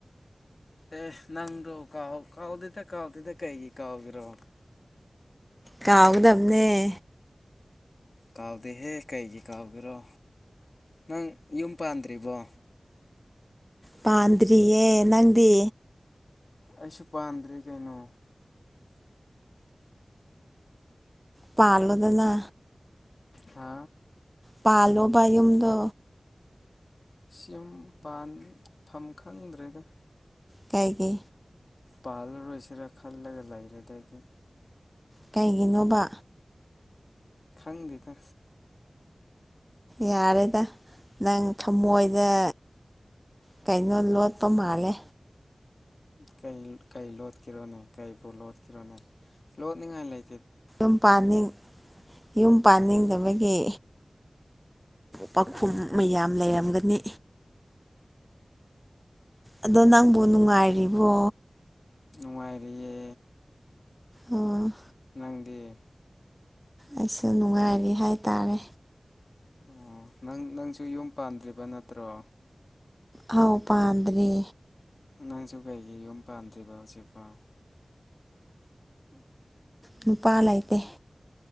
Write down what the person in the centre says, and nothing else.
ꯀꯥꯎꯒꯗꯕꯅꯦ
ꯄꯥꯟꯝꯗ꯭ꯔꯤꯌꯦ ꯅꯪꯗꯤ
ꯄꯥꯜꯗꯅ
ꯄꯂꯣꯧꯕꯌꯨꯝꯗ
ꯀꯥꯏꯒꯤ
ꯀꯩꯒꯤꯅꯣꯕ
ꯌꯥꯔꯦꯗ ꯅꯪ ꯊꯃꯣꯏꯗ ꯀꯩꯅꯣ ꯂꯣꯠꯇꯣ ꯃꯥꯜꯂꯦ
ꯌꯨꯝꯅꯤꯡ ꯌꯨꯝ ꯄꯥꯅꯤꯡꯗꯕꯒꯤ ꯄꯥꯎꯈꯨꯝ ꯃꯌꯥꯝ ꯂꯩꯔꯝꯒꯅꯤ
ꯑꯗꯣ ꯅꯪꯕꯨ ꯅꯨꯡꯉꯥꯏꯔꯤꯕꯣ
ꯑꯣ
ꯑꯩꯁꯨ ꯅꯨꯡꯉꯥꯏꯔꯤ ꯍꯥꯏ ꯇꯥꯔꯦ
ꯍꯥꯎ ꯄꯥꯟꯗ꯭ꯔꯤ
ꯅꯨꯄꯥ ꯂꯩꯇꯦ